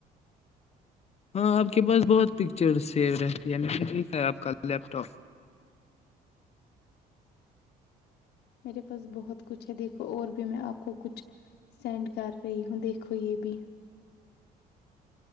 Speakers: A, on the left (about 40°); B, on the left (about 75°).
A: ہاں آپ کے پاس بہت پکچر سیو رہتی ہے میں نے دیکھا ہے آپ کا لیپ ٹاپ
B: میرے پاس بہت کچھ ہے دیکھو اور بھی میں آپ کو کچھ سینڈ کر رہی ہوں دیکھو ہو یہ بھی